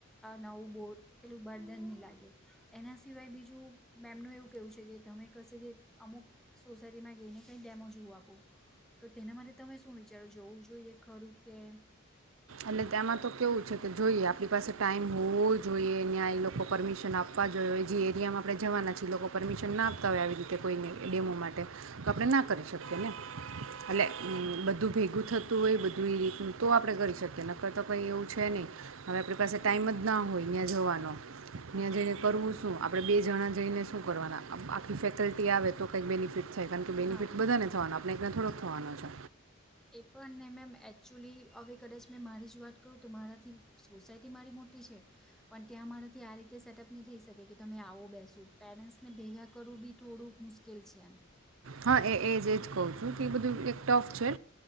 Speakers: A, in the centre; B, on the right.
A: નવું બો પટલું બર્ધ નહીં લાગે. એના સિવાય બીજું મેમનું એવું કેવું છે કે તમે કશે કે અમુક સોસાયટીમાં જઈને કંઈ ડેમો જાઓ આપો, તો તેના માટે તમે શું વિચારો જવું જોઈએ ખરું કે?
B: એટલે તેમાં તો કેવું છે કે જોઈએ આપણી પાસે ટાઈમ હોવો જોઈએ ત્યાં લોકો પરમિશન આપવા જોઈએ જે એરિયામાં આપણે જવાના છીએ એ લોકો પરમિશન ના આપતા હોય આવી રીતે કોઈને ડેમો માટે, તો આપણે ના કરી શકીએ ને? એટલે
A: હા
B: બધું ભેગું થતું હોય બધું એ રીતનું, તો આપણે કરી શકીએ. કે નક્કર તો કંઈ એવું છે નહીં, હવે આપણી પાસે ટાઈમ જ ના હોય અહીંયા જવાનો. ત્યાં
A: હા
B: જઈને કરું શું આપ આપણે બે જણા જઈને શું કરવાના? આખી ફેકલ્ટી આવે તો કંઈક બેનિફિટ છે ખરુ કે બેનિફિટ
A: હા
B: બધાને થવાના આમ લલેગ્ન થોડોક થવાનો છે.
A: એ પણ ને મેમ એકચુલી હવે કદાચ મે મારી રજૂઆત કરું તો મારાથી સોસાયટી મારી મોટી છે, પણ ત્યાં મારાથી આ રીતે સેટઅપ નહીં થઈ શકે કે તમે આવો બેસો. પેરેન્ટ્સને ભેગા કરવું બી થોડું મુશ્કેલ છે એમ.
B: હા એ એજ એજ કહુ છું તે બધું એક ટફ છે.